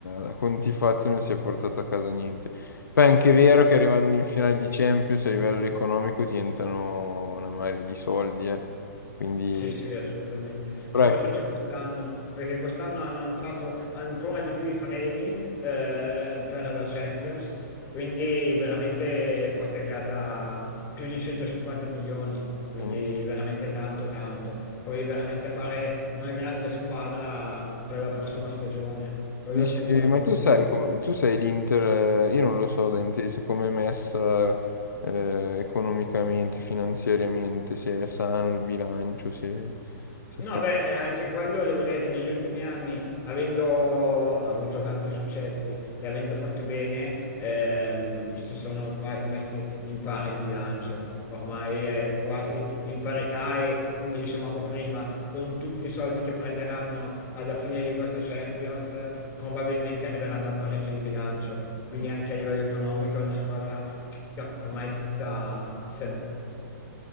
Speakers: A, on the left; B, on the left.
A: eh, a conti fatti non si è portato a casa niente. Poi è anche vero che arrivando in finale di Champions a livello economico ti entrano una marea di soldi, eh. Quindi...
B: Sì, sì, assolutamente. Soprattutto
A: Però ecco,
B: quest'anno, perché quest'anno hanno alzato ancora di più i premi eh, per la Champions, quindi veramente porta a casa più di 150 milioni, quindi
A: ehm,
B: veramente tanto, tanto. Puoi veramente fare una grande squadra per la prossima stagione, quello
A: Dici,
B: senza
A: ma
B: dubbio.
A: tu sai come, tu sei l'Inter, eh, io non lo so da inteso come è messa eh, economicamente, finanziariamente, se è sano il bilancio, se, se
B: No,
A: fa...
B: beh, eh, anche quello devo dire che negli ultimi anni, avendo avuto tanti successi e avendo fatto bene, ehm, si sono quasi messi in pari il bilancio. Ormai è quasi in parità e, come dicevamo prima, con tutti i soldi che prenderanno alla fine di questa Champions, eh, probabilmente arriveranno al pareggio di bilancio. Quindi
A: Mm.
B: anche a livello economico è una squadra che ormai sta, sta